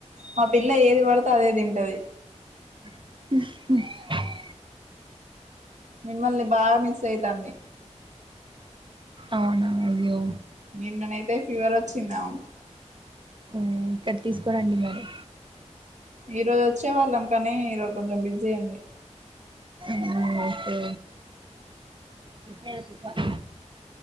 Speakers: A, on the right; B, on the right.
A: మా పిల్ల ఏది పడతే అదే తింటాది
B: <inaudible>
A: మిమ్మల్ని బాగా మిస్ అయితాంది
B: అవునా అయ్యో
A: నిన్ననైతే ఫీవర్ వచ్చింది నాకు
B: ఆ ఇక్కడ తీసుకురండి మరి
A: ఈ రోజు వచ్చే వాళ్ళం కానీ ఈరోజు కొంచెం బిజీ ఉంది
B: మ్మ్ ఓకే ఓకే